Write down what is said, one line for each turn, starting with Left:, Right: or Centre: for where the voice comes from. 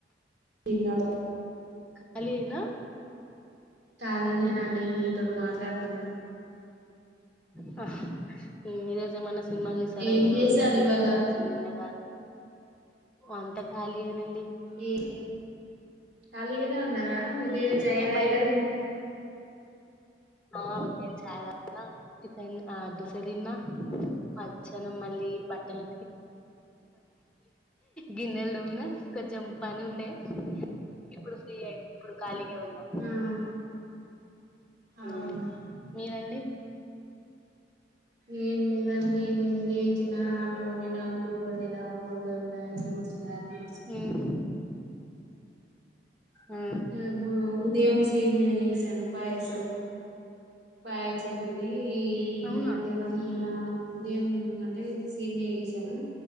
Right: తిన్నడు
Centre: పల్లి ఏనా
Right: ఖాళీ నే నండి మీతోటి మాట్లాడుతున్నా
Centre: హ ఇన్ని డేస్ ఏమన్న సినిమా చూసారా
Right: ఏం
Centre: ఈ రోజు
Right: చేశారు
Centre: గాని
Right: ఇవాళ
Centre: నిన్న గానీ ఓ అంతా ఖాళీయే నండి
Right: ఏ ఖాళీగనే ఉన్నారా ఉదయం
Centre: నిన్ననే
Right: ఛాయ్ తాగారు
Centre: బై ఆ ఉదయం ఛాయ్ తా టిఫెన్ ఆ దోశ తిన్న మధ్యాహ్నం మళ్ళీ బట్టలు గిన్నెలు తోమిన కొంచం పనుండే ఇప్పుడు ఫ్రీ అయిన ఇప్పుడు ఖాళీ గే ఉన్నా
Right: ఆ
Centre: హూ
Right: అవునా
Centre: మీరండి
Right: ఏం లేదండి నిన్ లేచిన అన్నం వండినా కూర వండినా బోల్దోమినా ఇల్లూడ్చిన తుడుచు
Centre: మ్మ్ ఆ
Right: హామ్ ఉదయం సేమ్య చేసాను పాయసం పాయసం తిని ఈ
Centre: అవునా
Right: మధ్యాహ్నం ఇగమా ఉదయం అంటే సేమ్య చేశాను